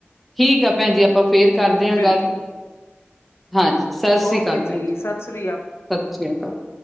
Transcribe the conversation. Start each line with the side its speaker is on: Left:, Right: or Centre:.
Centre: ਠੀਕ ਆ ਭੈਣ ਜੀ ਆਪਾਂ ਫੇਰ ਕਰਦੇ ਆ
Left: ਬਿਲਕੁਲ
Centre: ਗੱਲ ਹਾਂਜੀ। ਸਸ
Left: ਓਕੇ
Centre: ਸ੍ਰੀ ਅਕਾਲ ਭੈਣ ਜੀ
Left: ਸਤਿ ਸ੍ਰੀ ਅਕਾਲ
Centre: ਸਸਸ੍ਰੀ ਅਕਾਲ।